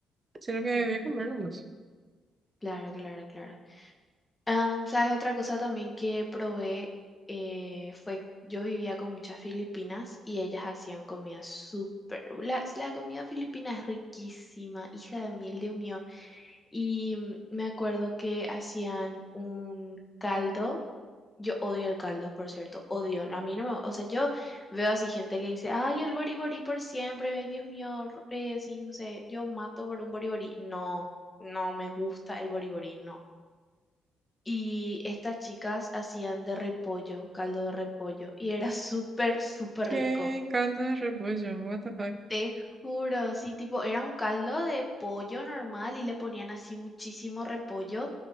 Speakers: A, on the right; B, on the left.
A: sino
B: ujú.
A: que voy
B: ujú.
A: a comer nomás.
B: Claro, claro, claro. Am, ¿sabes? Otra cosa también que probé eh, fue, yo vivía con muchas filipinas y ellas hacían comida súper, la, la comida filipina es riquísima, hija de mil, Dios mío. Y mm, me acuerdo que hacían un caldo, yo odio el caldo, por cierto, odio, a mí no me, o sea, yo veo así gente que dice, ay, el boriborí por siempre, ay, Dios mío, r- eh, así, no sé, yo mato por un boriborí, no, no me gusta el boriborí, no. Y estas chicas hacían de repollo, caldo de repollo, y era <laughs> súper, súper
A: ¿Qué
B: rico.
A: caldo de repollo? What the fuck?
B: Te juro, sí, tipo, era un caldo de pollo normal y le ponían así muchísimo repollo.